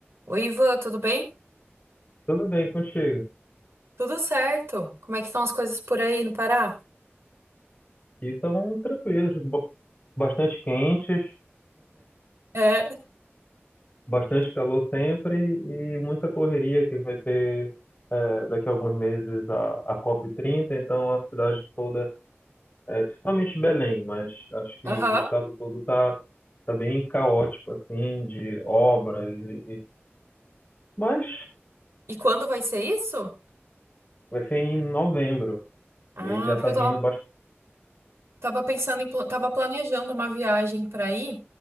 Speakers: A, on the right; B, on the left.
A: Oi, Ivan, tudo bem?
B: Tudo bem contigo?
A: Tudo certo. Como é que estão as coisas por aí no Pará?
B: E estão tranquilos, bo- bastante quentes,
A: É,
B: bastante calor sempre e muita correria que vai ter eh, daqui a alguns meses a, a COP30. Então a cidade toda, eh, principalmente Belém, mas acho que
A: aham.
B: o estado todo tá, tá bem caótico, assim, de obras. E, e- mas
A: E quando vai ser isso?
B: vai ser em novembro
A: Ah,
B: e aí já
A: porque
B: tá vindo
A: eu tava,
B: bastante.
A: tava pensando em, pla- tava planejando uma viagem pra ir,